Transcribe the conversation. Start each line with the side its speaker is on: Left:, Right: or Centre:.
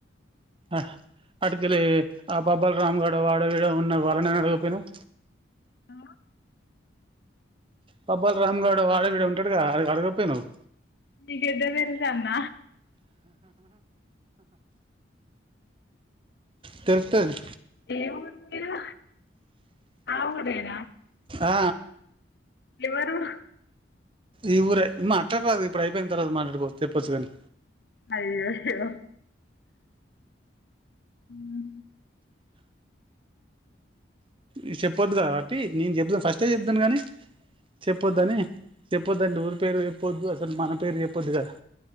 Right: ఆ అటుకెళ్ళి ఆ బబ్బల్ రామ్ గాడు, వాడో వీడో ఉన్న వాళ్ళనైనా అడగకపోయినవ్
Left: ఆ
Right: బబ్బల్ రామ్ గాడో, వాడో వీడో ఉంటాడు కదా అడగకపోయినవ్
Left: నీకెట్లా తెలుసు అన్న
Right: తెలుత్తది.
Left: ఏ ఊరు మీరు? ఆ ఊరేనా?
Right: ఆ
Left: మరూర
Right: ఈ ఊరే మాట్లాడరాదు ఇప్ ఇప్పుడు అయిపోయిన తర్వాత మాట్లాడుకోవచ్చు, తెప్పచ్చు కాని,
Left: అయ్యయ్యో మ్
Right: ఈ చెప్పొద్దు కావట్టి నేను చెప్దును. ఫస్టే చెప్దును కాని, చెప్పొద్దని! చెప్పొద్దంట. ఊరి పేరు చెప్పొద్దు, అసలు మన పేరు చెప్పొద్దు కదా!